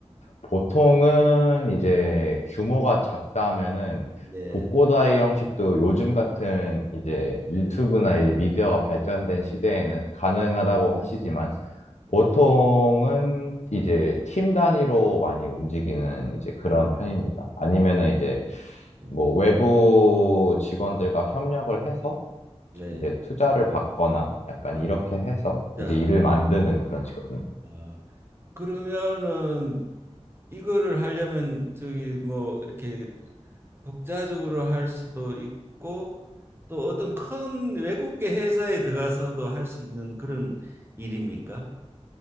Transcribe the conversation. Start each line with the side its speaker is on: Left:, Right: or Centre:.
Left: 보통은 이제 규모가 작다면은
Right: 네,
Left: 독고다이 형식도 요즘 같은 이제 유튜브나
Right: 네,
Left: 이제 미디어가 발전된 시대에는 가능하다고 하시지만 보통은
Right: 네,
Left: 이제 팀 단위로 많이 움직이는 이제 그런 편입니다. 아니면은 이제
Right: 네.
Left: 뭐 외부 직원들과 협력을 해서
Right: 네.
Left: 이제 투자를 받거나 약간
Right: 아,
Left: 이렇게 해서 이제
Right: 자,
Left: 일을 만드는 그런 직업
Right: 아, 그러면은 이거를 하려면 저기 뭐 이렇게 독자적으로 할 수도 있고 또 어떤 큰 외국계 회사에 들어가서도 할 수 있는 그런 일입니까?